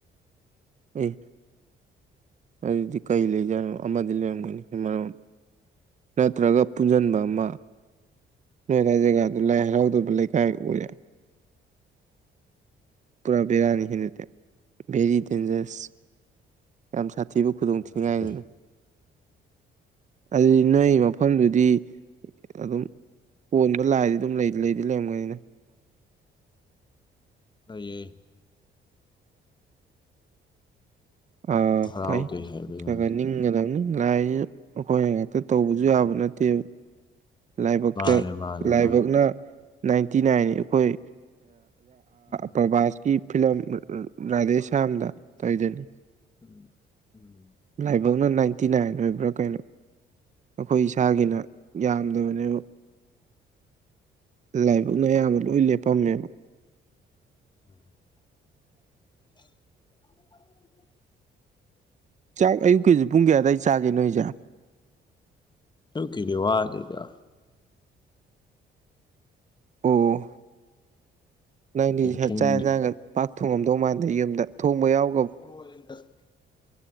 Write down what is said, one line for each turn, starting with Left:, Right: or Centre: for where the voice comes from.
Right: ꯑꯩ ꯑꯗꯨꯗꯤ ꯀꯔꯤ ꯂꯩꯖꯥꯠꯅꯣ ꯑꯃꯗꯤ ꯂꯩꯔꯝꯒꯅꯤ ꯃꯔꯣ ꯅꯠꯇ꯭ꯔꯒ ꯄꯨꯟꯁꯤꯟꯕ ꯑꯃ ꯅꯣꯏ ꯂꯥꯏ ꯖꯒꯥꯗꯨ ꯂꯥꯏ ꯍꯔꯥꯎꯗꯕ ꯂꯩꯀꯥꯏ ꯎꯔꯦ ꯄꯨꯔꯥ ꯕꯔꯥꯅꯤ ꯍꯦ ꯦꯔꯤ ꯗꯦꯟꯖꯔꯁ ꯌꯥꯝ ꯁꯥꯊꯤꯕ ꯈꯨꯗꯣꯡ
Left: ꯍꯔꯥꯎꯗꯦ
Right: ꯊꯤꯉꯥꯏꯅꯤ ꯑꯗꯨ ꯅꯣꯏ ꯃꯐꯝꯗꯨꯗꯤ ꯑꯗꯨꯝ ꯀꯣꯟꯕ ꯂꯥꯏꯗꯤ ꯑꯗꯨꯝ ꯂꯩꯗꯤ ꯂꯩꯔꯝꯒꯅꯤꯅꯦ
Left: ꯂꯩꯌꯦ
Right: ꯑ
Left: ꯍꯔꯥꯎꯗꯦ
Right: ꯇꯥꯏꯅꯤꯡ
Left: ꯍꯥꯏꯕꯩ ꯋꯥꯅꯤ
Right: ꯈꯤꯡꯒꯗꯕꯅꯤ ꯂꯥꯏꯁꯨ ꯑꯩꯈꯣꯏꯅ ꯉꯥꯛꯛꯇ ꯇꯧꯕꯁꯨ
Left: ꯎꯝ
Right: ꯌꯥꯕ ꯅꯠꯇꯦ ꯂꯥꯏꯕꯛꯇ
Left: ꯃꯥꯅꯦ ꯃꯥꯅꯦ
Right: ꯂꯥꯏꯕꯛꯅ
Left: ꯃꯥꯅꯦ
Right: ꯅꯥꯏꯟꯇꯤ ꯅꯥꯏꯟ ꯑꯩꯈꯣꯏ
Left: ꯎꯝ
Right: ꯄ꯭ꯔꯕꯥꯁ ꯀꯤ ꯐꯤꯂꯝ ꯔꯥꯙꯦꯁ꯭ꯝꯗ ꯇꯧꯖꯅꯤ
Left: ꯎꯝ ꯎꯝ
Right: ꯂꯥꯏꯕꯛꯅ ꯅꯥꯏꯟꯇꯤ ꯅꯥꯏꯟ ꯑꯣꯏꯕ꯭ꯔꯥ ꯀꯩꯅꯣ ꯑꯩꯈꯣꯏ ꯏꯁꯥꯒꯤꯅ ꯌꯥꯝꯗꯕꯅꯦꯕ ꯂꯥꯏꯕꯛꯅ ꯑꯌꯥꯝꯕ ꯂꯣꯏ ꯂꯦꯞꯄꯝꯃꯦꯕ
Left: ꯎꯝ
Right: ꯆꯥꯛ ꯑꯌꯨꯛꯀꯤ ꯄꯨꯡ ꯀꯌꯥ ꯑꯋꯥꯏ ꯆꯥꯒꯦ ꯅꯣꯏꯁꯦ
Left: ꯌꯨꯛꯀꯤꯗꯤ ꯋꯥꯠꯂꯤꯗ
Right: ꯑꯣ ꯅꯪꯗꯤ
Left: ꯑꯌꯨꯛꯀꯤꯗꯤ
Right: ꯆꯥꯛ
Left: ꯄꯨꯡ
Right: ꯏꯟꯁꯥꯡꯒ ꯄꯥꯛ ꯊꯣꯡꯉꯝꯗꯧ ꯃꯥꯟꯗ ꯌꯨꯝꯗ ꯊꯣꯡꯕ ꯌꯥꯎ
Left: ꯂꯤꯗ